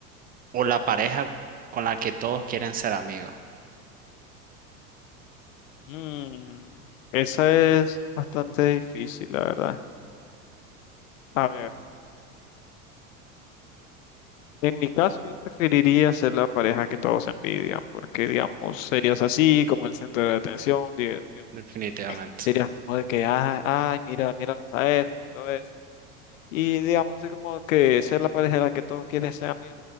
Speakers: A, on the right; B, on the left.
A: o la pareja con la que todos quieren ser amigos?
B: Mm, esa es bastante difícil, la verdad. A ver. En mi caso, yo preferiría ser la pareja que todos envidian, porque, digamos, serías así, como el centro de atención, di- di-
A: Definitivamente.
B: serías como de que, ah, ay, mira, míralos a eso, y todo eso. Y, digamos, es como que ser la pareja de la que todos quieren ser amigos,